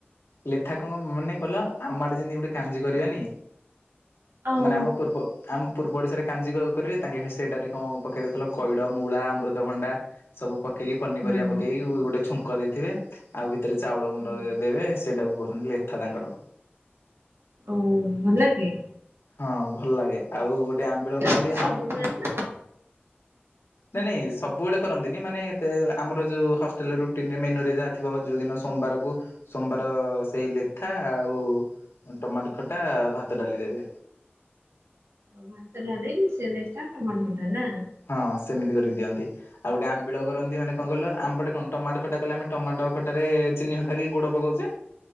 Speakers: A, on the left (about 80°); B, on the right (about 85°).
A: ଲେଥା କଣ ମାନେ କହିଲ ଆମଆଡ଼େ ଯେମିତି ଗୋଟେ କାଞ୍ଜି କରିବାନି
B: ଆଉ
A: ମାନେ ଆମ ପୂର୍ବ ଆମ ପୂର୍ବ ଓଡିଶାରେ କାଞ୍ଜି କରିବେ ତାଙ୍କେ ସେଇଟାରେ କଣ ପକେଇବେ କଇଲ କଇଡ଼ ମୂଳା ଅମୃତଭଣ୍ଡା ସବୁ ପକେଇକି ପନିପରିବା
B: ହଁ
A: ପକେଇକି ଗୋଟେ ଛୁଙ୍କ ଦେଇଥିବେ। ଆଉ ଭିତରେ ଚାଉଳ ଗୁଣ୍ଡ
B: ହଁ
A: ଦେବେ ସେଇଟାକୁ କହୁଛନ୍ତି ଲେଥା ତାଙ୍କର।
B: ଓଉ ଭଲ ଲାଗେ?
A: ହଁ ଭଲ ଲାଗେ ଆଉ ଗୋଟେ ଆମ୍ବିଳ
B: କଣ
A: କରନ୍ତି
B: ସବୁବେଳେ
A: ଆ ଆ
B: ନା
A: ନାଇଁ ନାଇଁ ସବୁବେଳେ କରନ୍ତିନି ମାନେ ତେ ଆମର ଯୋଉ ହଷ୍ଟେଲ ରୁଟିନ୍ ମେନୁରେ ଯାହା ଥିବ ଯୋଉ ଦିନ ସୋମବାରକୁ ସୋମବାର ସେଇ ଲେଥା ଆଉ ଆ ଟମାଟ ଖଟା ଭାତ ଡ଼ାଲି ଦେବେ।
B: ହ ଭାତଟରେ ସେ ଲ ଟମ ଘଟା ନା
A: ହଁ ସେମିତି କରିକି ଦିଅନ୍ତି ଆଉ ଗୋଟେ ଆମ୍ବିଳ କରନ୍ତି ମାନେ କଣ କ ଆମପଟେ କଣ ଟମାଟୋ ଖଟା କଲେ ଆମେ ଟମାଟ ଖଟାରେ ଚିନି ହକକି ଗୁଡ ପକଉଛେ